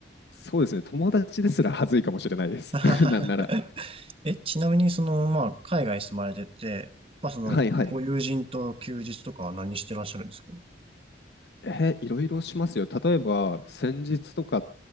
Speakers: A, on the left; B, on the right.
A: そうですね、友達ですら恥ずいかもしれないです。
B: <laughs>
A: <laughs> なんなら。
B: え、ちなみに、その、まあ、海外に住まれてて、まあ、その、
A: はいはい。
B: はいご友人と休日とかは何してらっしゃるんですか
A: えいろいろしますよ。例えば、先日とか、